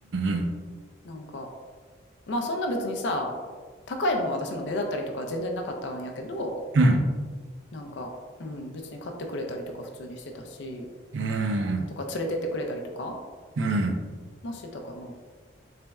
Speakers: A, on the right (about 75°); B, on the left (about 65°).
A: ん。
B: なんか、まあそんな別にさ、高いもんは私もねだったりとかは全然なかったんやけど、
A: うん。うん。
B: なんか、うん、別に買ってくれたりとか普通にしてたし、
A: うん。
B: とか連れてってくれたりとか
A: うん。
B: もしてたかな。